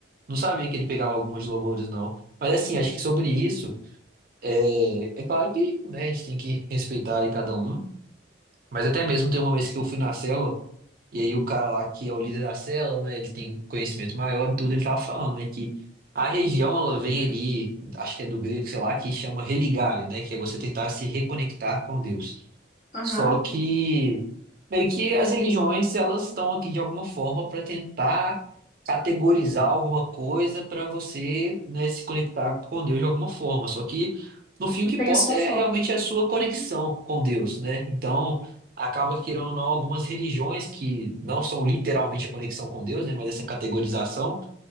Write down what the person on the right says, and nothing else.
não sabia que ele pegava algumas louvores, não. Mas assim, acho que sobre isso. É, é claro que, né, a gente tem que respeitar aí cada um, mas até mesmo tem uma vez que eu fui na cela, e aí o cara lá que é o líder da cela, né, ele tem conhecimento maior e tudo, ele tava falando, né, que a região, ela vem ali, acho que é do grego, sei lá, que chama religare, né, que é você tentar se reconectar com Deus.
Só que meio que as religiões elas estão aqui de alguma forma para tentar categorizar alguma coisa para você, né, se conectar com Deus de alguma forma. Só que no fim o que
importa
é
realmente a sua conexão
com Deus, né? Então acaba que querendo ou não algumas religiões que não são literalmente a conexão com Deus, né, mas essa categorização